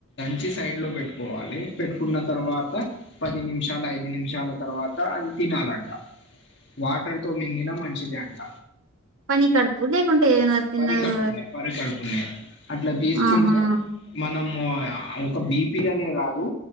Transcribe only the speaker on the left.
వచ్చి సైడ్ లో పెట్టుకోవాలి పెట్టుకున్న తర్వాత పది నిమిషాల ఐదు నిమిషాల తర్వాత అది తినాలంట వాటర్ తో మింగినా మంచిది అంట
పరికడుకున్నా పరి కడుకున్నా అట్లా తీసుకుంటే
మనము ఒక బిపి అనే కాదు